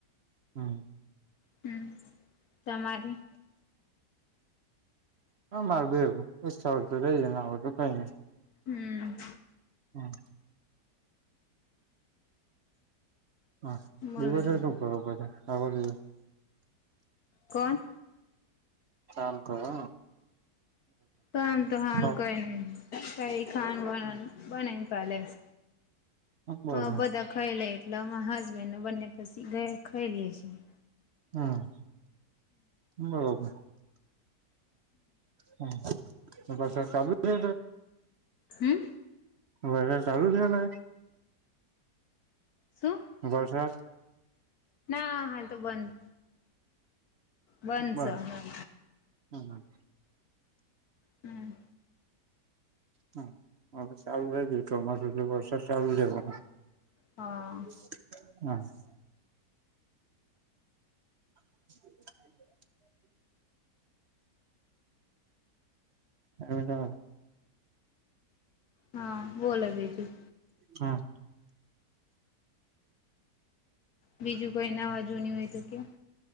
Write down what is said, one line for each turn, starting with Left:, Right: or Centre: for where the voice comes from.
Right: હમ્મ
Left: હમ તમારી
Right: હ માર બે એવું તો રહી જને આવ તોું કઈ નઈ
Left: હમ્મ
Right: હમ્મ હા
Left: બોલો
Right: દિવસ
Left: બીજું
Right: શું બરોબર છે આખો દિવસ
Left: કોણ
Right: નામકરણ
Left: કામ તો હાન
Right: હમ
Left: કોઈ નહી કઈ ખાન બનાનું બનાઈન પેલેસ
Right: બરોબર
Left: હ બધા ખાઈ લે એટલે અમારા હસબેન્ડને બંને પછી ઘ ખાઈ લએ છીએ
Right: હમ્મ બરોબર હમ્મ બ ચાલુ છે
Left: હમ્મ
Right: વ ચાલુ થેલોય
Left: શું
Right: વરસાદ
Left: ના હા તો બંધ બંધશે
Right: બ
Left: હાલ
Right: હમ્મ હ
Left: હમ
Right: હ ચાલ રહી ગયું ચીમસુ એટલે વરસાદ ચાલુ રહેવાનો
Left: હા
Right: <inaudible> <inaudible> એ જા
Left: હા બોલો બીજું
Right: હમ્મ
Left: બીજું કોઈ નાવાજુ હોય તો કે